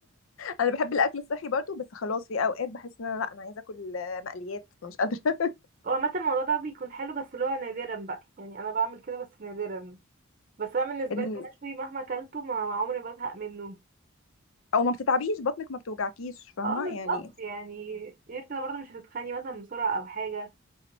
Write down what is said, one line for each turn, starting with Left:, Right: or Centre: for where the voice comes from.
Left: انا بحب الاكل الصحي برضو بس خلاص في اوقات بحس ان انا لا انا عايزه اكل آه، مقليات أنا مش قادره <laughs>
Right: هو عامة الموضوع ده بيكون حلو بس اللي هو نادرا بقى يعني انا بعمل كده بس نادرا بس انا بالنسبة
Left: ال...
Right: لي المشوي مهما اكلته ما ما عمري ما بزهق منه
Left: او ما بتتعبيش بطنك ما بتوجعكيش فاهمه
Right: اه بالظبط
Left: يعني
Right: يعني غير كده برضه مش هتتخني مثلا بسرعة او حاجة